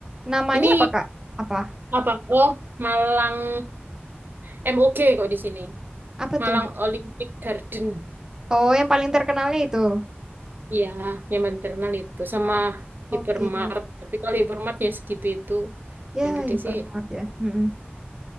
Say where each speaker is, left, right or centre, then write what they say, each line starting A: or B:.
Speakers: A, on the right (about 15°); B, on the right (about 50°).
A: namanya
B: Ini
A: apa Kak? Apa?
B: apa? Oh, Malang MOG kok di sini.
A: Apa
B: Malang
A: tuh?
B: Olympic Garden.
A: Oh, yang paling terkenalnya itu.
B: Iya, yang maternal itu. Sama
A: Oh, Oke.
B: Hypermart. Tapi kalau Hypermart ya segitu itu.
A: Ya,
B: Yang gede
A: hypermart
B: sih
A: ya. Mm-mm.